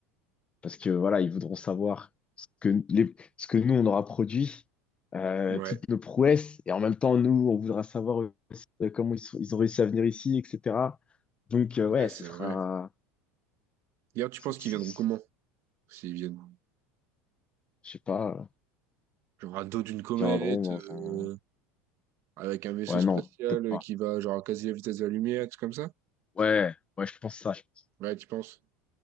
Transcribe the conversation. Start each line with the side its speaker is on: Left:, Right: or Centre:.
Left: parce que voilà, ils voudront savoir ce que, les- ce que nous, on aura produit, euh,
Right: Ouais.
Left: toutes nos prouesses, et en même temps, nous, on voudra savoir aussi, euh, comment ils, sont- ils ont réussi à venir ici, etc. Donc, euh, ouais,
Right: Ouais, c'est
Left: ce sera,
Right: vrai. D'ailleurs, tu
Left: c'est-
Right: penses qu'ils
Left: c'est-
Right: viendront comment? S'ils viennent.
Left: je sais pas, euh,
Right: Genre, à dos d'une comète,
Left: viendront dans
Right: euh,
Left: un...
Right: avec un vaisseau
Left: Ouais,
Right: spatial
Left: non, peut-être
Right: euh,
Left: pas.
Right: qui va, genre, à quasi la vitesse de la lumière, tout comme ça?
Left: Ouais, ouais, je pense ça. je pense.
Right: Ouais, tu penses?